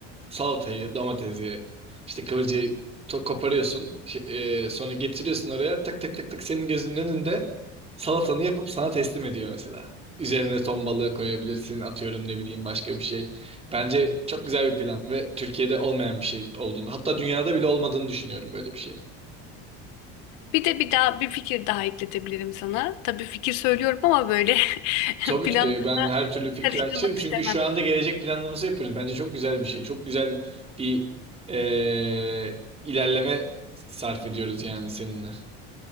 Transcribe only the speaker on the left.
Bir de bir daha bir fikir daha ekletebilirim sana. Tabii fikir söylüyorum ama böyle <laughs>
planlarına
karıştırmak
istemem.